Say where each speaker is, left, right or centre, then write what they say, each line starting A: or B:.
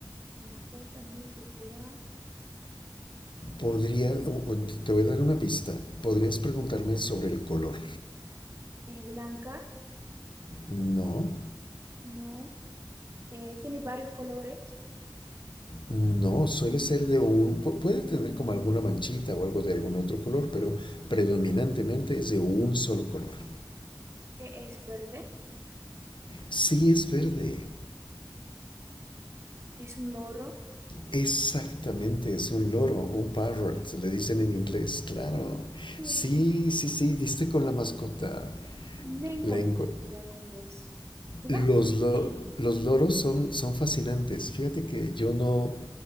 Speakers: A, on the right (about 35°); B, on the left (about 85°).
A: una mascota muy popular.
B: Podría, o- o te voy a dar una pista. Podrías preguntarme sobre el color.
A: Es blanca,
B: No,
A: no. Eh, tiene varios colores.
B: no, suele ser de un, pu- puede tener como alguna manchita o algo de algún otro color, pero predominantemente es de un solo color.
A: Eh, es verde,
B: Sí es verde.
A: es un loro.
B: Exactamente, es un loro, un parrot,
A: Oh,
B: le dicen en inglés, claro.
A: qué
B: Sí,
A: bien.
B: sí, sí, diste con la mascota.
A: Me encantó
B: La enco-
A: jugar con vos. Jugás
B: los,
A: muy
B: lo-
A: bien.
B: los loros son, son fascinantes. Fíjate que yo no,